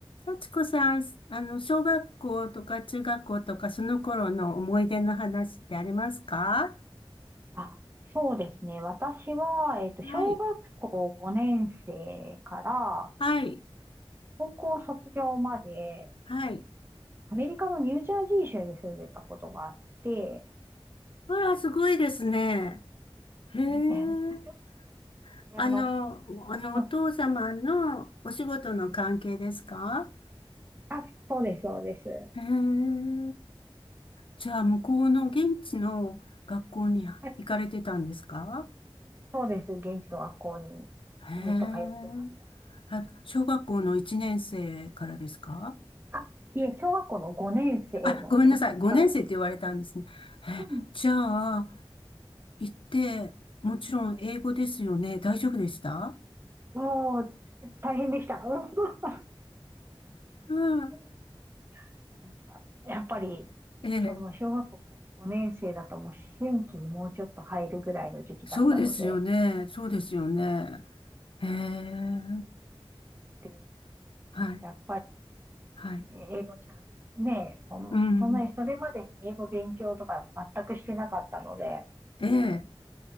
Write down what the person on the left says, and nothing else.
幸子さん、あの、小学校とか中学校とかその頃の思い出の話ってありますか
はい。
はい。
はい。
あら、すごいですね。へえ。
あの、あの、
お父様のお仕事の関係ですか
へえ。じゃあ、向こうの現地の学校に行かれてたんですか
へえ。あ、小学校の1年生からですか
あ、ごめんなさい。5年生って言われたんですね。え、
じゃあ、
行って、もちろん英語ですよね。大丈夫でした
うん。
ええ、
そうですよね。そうですよね。ええ、
はい、
はい。
うん。
ええ、